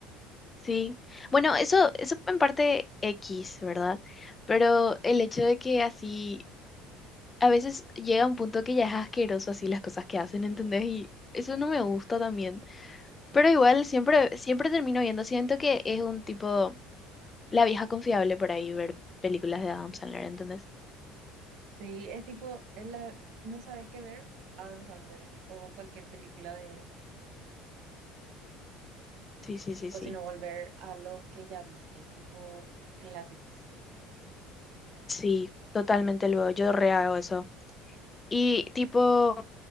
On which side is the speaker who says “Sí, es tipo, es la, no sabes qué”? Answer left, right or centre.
Right